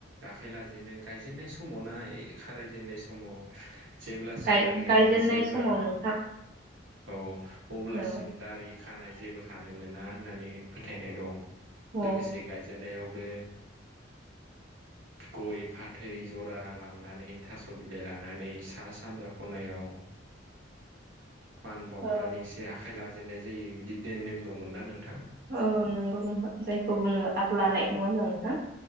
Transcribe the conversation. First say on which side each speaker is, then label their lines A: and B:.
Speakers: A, on the right; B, on the right.
A: आखाय लाजेननाय बिदिनो गायजेननाय समाव ना खारायजेनन्नाय समाव जेब्लासिम
B: गाय
A: माइ गायनाया
B: गायजेननाय
A: जोबा
B: समाव नोंथां
A: औ अब्लासिम
B: औ
A: दारि खानाय जेबो खानो मोना होननानै फोथायनाय दं
B: औ
A: लोगोसे गायजेननायाव बे गय फाथै जरा लांनानै थास' बिलाइ लांनानै सा सानजा खनायाव मान बावनानैसो
B: औ
A: आखाइ लाजेननाय जेननाय जायो बिदि नेम दंमोन ना नोंथां?
B: औ नंगौ जायखौ बुङो आग लानाय नङा होमब्ला नोंथां